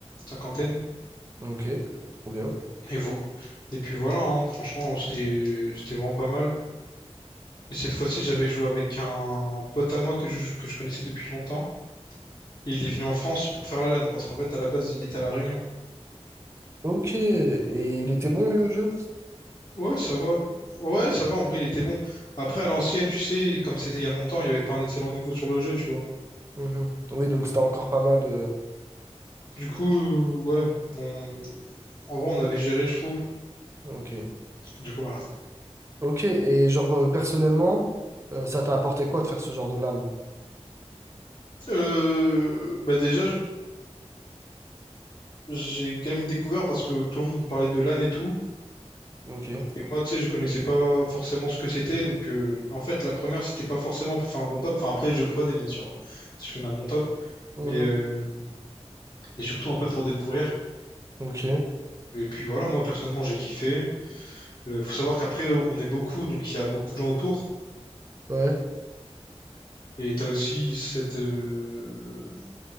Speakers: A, on the left (about 50°); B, on the right (about 25°).
A: cinquantaine.
B: Ok, trop bien.
A: Et, vo- et puis voilà, hein, franchement, c'était c'était vraiment pas mal. Et cette fois-ci, j'avais joué avec un pote à moi que je, que je connaissais depuis longtemps. Et il est venu en France pour faire la LAN, parce qu'en fait, à la base, il était à La Réunion.
B: Ok, et il était bon lui au jeu?
A: Ouais, ça va. Ouais, ça va, en vrai, il était bon. Après, à l'ancienne, tu sais, comme c'était il y a longtemps, il n'y avait pas un excellent niveau sur le jeu, tu vois.
B: Mhm. Oui, donc c'était encore pas mal de.
A: Du coup, ouais, on- en vrai, on avait géré, je trouve.
B: Ok.
A: Du coup, voilà.
B: Ok, et genre euh, personnellement, euh, ça t'a apporté quoi de faire ce genre de lame?
A: Euh, bah déjà, je- j'ai quand même découvert parce que tout le monde parlait de LAN et tout.
B: Ok.
A: Et moi, tu sais, je connaissais pas forcément ce que c'était. Donc, euh, en fait, la première, c'était pas forcément pour faire un bon top. Enfin, après, je prenais, bien sûr, hein, si je faisais un bon top.
B: Mhm.
A: Mais, euh, et surtout un peu pour découvrir.
B: Ok.
A: Et puis voilà, moi, personnellement, j'ai kiffé. Euh, faut savoir qu'après, euh, on est beaucoup, donc il y a beaucoup de gens autour.
B: Ouais.
A: Et t'as aussi cette, euh... tu